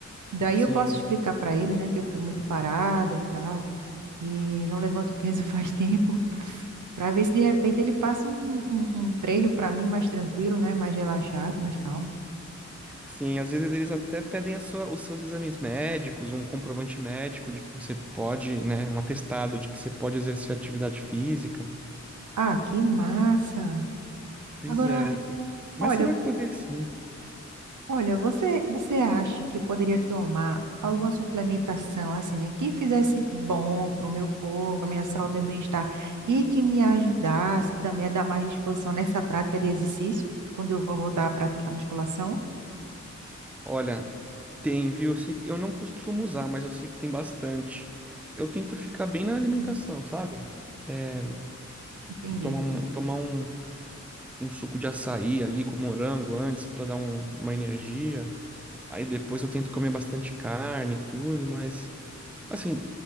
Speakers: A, on the right (about 90°); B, in the centre.
A: Daí
B: Sim.
A: eu posso explicar para ele, né, que eu estou muito parada e tal, que não levanto peso faz tempo, <laughs> para ver se de repente ele passa um, um, um- um treino para mim mais tranquilo, né, mais relaxado, mais calmo.
B: Sim, às vezes eles até pedem a sua- os seus exames médicos, um comprovante médico de que você pode, né, um atestado de que você pode exercer atividade física.
A: Ah, que massa!
B: Pois
A: Agora,
B: é, mas
A: olha,
B: você vai poder sim.
A: Olha, você, você acha que eu poderia tomar alguma suplementação assim, né, que fizesse bom para o meu corpo, para a minha saúde, meu bem-estar e que me ajudasse também a dar mais disposição nessa prática de exercício, quando eu for voltar à prática da musculação?
B: Olha, tem, viu? Eu sei que eu não costumo usar, mas eu sei que tem bastante. Eu tento ficar bem na alimentação,
A: Hum,
B: sabe? É,
A: Entendi,
B: Tomar um, tomar um, um suco de açaí ali com morango antes para dar um- uma energia. Aí depois eu tento comer bastante carne e tudo, mas Assim,